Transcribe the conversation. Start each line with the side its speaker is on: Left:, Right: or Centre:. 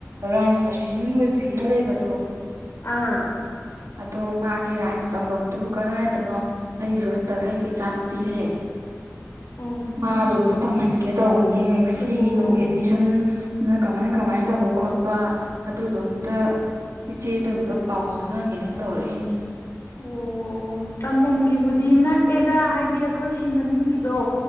Right: ꯔꯥꯏꯝꯁꯇ꯭ꯔꯤꯡ ꯂꯣꯏꯄꯤꯅ ꯂꯩꯕꯗꯣ
Left: ꯑꯥ
Right: ꯑꯗꯣ ꯃꯥꯒꯤ ꯔꯥꯏꯟꯁ ꯇꯝꯐꯝꯗꯨ ꯀꯗꯥꯏꯗꯅꯣ ꯑꯩꯒꯤꯁꯨ ꯍꯟꯗꯛ ꯑꯩꯒꯤ ꯏꯆꯥꯅꯨꯄꯤꯁꯦ
Left: ꯑꯣ
Right: ꯃꯥꯁꯨꯣ ꯑꯝꯇ ꯇꯝꯍꯟꯒꯦ ꯇꯧꯧꯕꯅꯤ ꯐꯤ
Left: ꯑꯣ ꯑꯣ
Right: ꯅꯨꯡ ꯑꯦꯠꯃꯤꯁꯟ ꯅ ꯀꯃꯥꯏ ꯀꯃꯥꯏꯅ ꯇꯧꯕ ꯈꯣꯠꯄ ꯂꯄꯥ ꯑꯗꯨꯗꯣ ꯑꯝꯇ ꯏꯆꯦꯗꯣ ꯑꯝꯇ ꯄꯥꯎ ꯐꯥꯎꯅꯒꯦꯅ ꯇꯧꯔꯛꯏꯅꯦ
Left: ꯑꯣ ꯇꯝꯕꯝꯒꯤꯕꯨ ꯁꯤ ꯅꯛꯑꯦꯗ ꯍꯥꯏꯗꯤ ꯑꯩꯈꯣꯏ ꯁꯤ ꯃꯅꯤꯡꯒꯤꯗꯣ